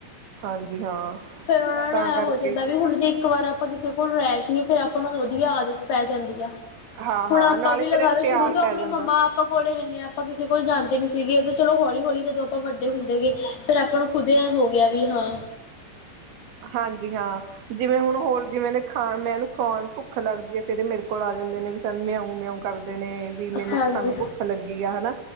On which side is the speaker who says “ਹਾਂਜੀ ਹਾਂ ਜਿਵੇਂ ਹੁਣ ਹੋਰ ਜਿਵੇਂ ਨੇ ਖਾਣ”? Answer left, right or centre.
Right